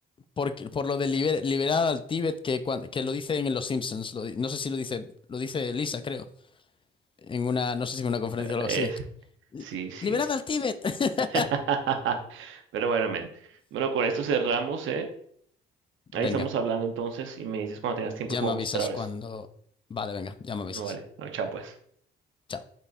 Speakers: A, on the left (about 25°); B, on the right (about 80°).
A: por, por lo de liber- liberar al Tíbet que, cuan- que lo dicen en Los Simpsons. Lo di- no sé si lo dice, lo dice Lisa, creo. En una, no sé si en una conferencia o algo
B: Es,
A: así. Li-
B: sí, sí.
A: ¡Liberad al Tíbet! <laughs>
B: <laughs> Pero bueno, men. Bueno, con esto cerramos, ¿eh? Ahí
A: Venga,
B: estamos hablando entonces y me dices cuando tengas
A: ya
B: tiempo y jugamos
A: me avisas
B: otra vez.
A: cuando. Vale, venga, ya me avisas.
B: No vale. Bueno, chao pues.
A: Chao.